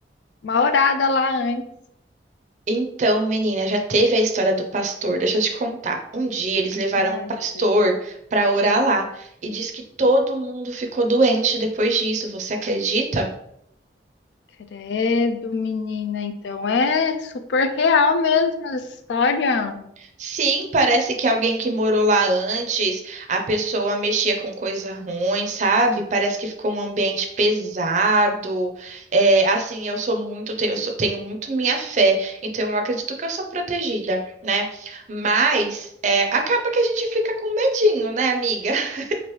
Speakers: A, on the left (about 75°); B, on the right (about 40°).
A: uma orada lá antes.
B: Então, menina, já teve a história do pastor. Deixa eu te contar. Um dia eles levaram
A: Ai,
B: um pastor
A: meu Deus.
B: pra orar lá. E diz que todo mundo ficou doente depois disso. Você acredita?
A: Credo, menina. Então é super real mesmo essa história.
B: Sim, parece que alguém que morou lá antes, a pessoa mexia com coisa ruim, sabe? Parece que ficou um ambiente pesado. É, assim, eu sou muito, eu sou- tenho muito minha fé, então eu acredito que eu sou protegida, né? Mas é, acaba que a gente fica com medinho, né, amiga? <laughs>